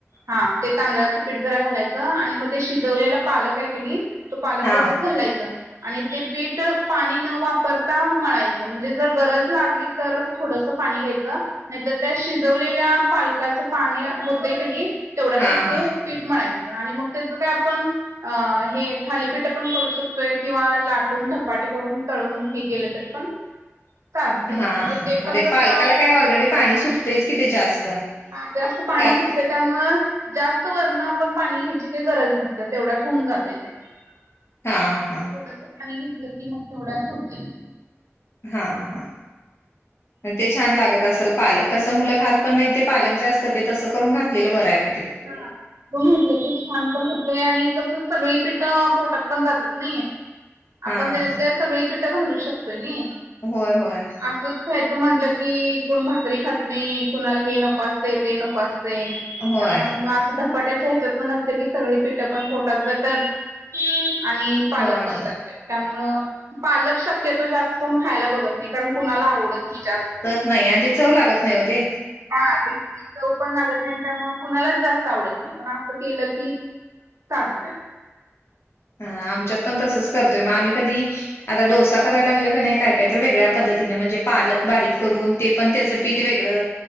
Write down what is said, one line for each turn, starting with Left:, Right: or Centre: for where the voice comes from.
Right: हा ते तांदळाच - पिठ जरा घालायचं आणि मग ते शिजवलेला पालक आहे क नाही तो पालक
Left: हा
Right: त्याच्यात घालायच. आणि ते पीठ पाणी न वापरता मळायचं म्हणजे जर गरज लागली तरच थोडस पाणी घ्यायचं. नाही तर त्या शिजवलेल्या पालकाच पाणी होत की नाही तेवढ्यातच
Left: हा हा हा
Right: ते- पीठ मळायचं आणि मग त्याचं काय आपण अ हे थालीपीठ पण करू शकतोय किंवा लाटून धपाटे करून तळून हे केलं तर पण चालते
Left: हा
Right: म्हणजे
Left: हा
Right: ते
Left: मध्ये
Right: पण तसं
Left: पालकाला काय ऑलरेडी पाणी सुटतंयच कि ते जास्त.
Right: हा जास्त
Left: त्यात
Right: पाणी सूट त्याच्यामुळे जास्त वरणं आपण पाणी घ्यायची काही गरज नसते तेवढ्यात होऊन जातयं ते. <unintelligible>
Left: हां हा.
Right: थोडस पाणी घेतलं की मग तेवढ्यात होतय.
Left: हा हा मग ते छान लागत असल पालक. कस मुलं खात पण नाही ते पालक जास्त ते तसं करून घातलेलं बराय मग ते.
Right: हा. <inaudible> की छान पण होतय आणि कसं सगळी पीठ पोटात पण जातात नाही. आपण
Left: हा
Right: त्याच्यात
Left: हा
Right: काय सगळी पिठं घालू शकतोय नाई.
Left: होय होय.
Right: असंच खायचं म्हटलं की कोण भाकरी खात नाही कुणाला हे नको असतय ते नको असतय.
Left: होय
Right: त्यामुळे मग अस धपाट धपाट्याच्या हेच्यात पण घातलं की सगळी पिठं पण पोटात जात्यात आणि पालक
Left: होय
Right: पण
Left: होय
Right: जातोय त्यामुळे पालक शक्यतो जास्त कोण खायला बघत नाही. कारण कुणाला आवडत नाही जास्त.
Left: नाही आणि ते चव लागत नाही ओ‌ ते.
Right: हा तेच चव पण लागत नाही त्यामुळं मग कुणालाच जास्त आवडत नाही पण असं केलं की, चालतंय.
Left: हा आमच्यात पण तसंच करतोय मग आम्ही कधी. आता डोसा कराय लागलं का नाही काय काय तर वेगळ्या पद्धतीने म्हणजे. पालक बारीक करून ते पण त्याच पीठ वेगळं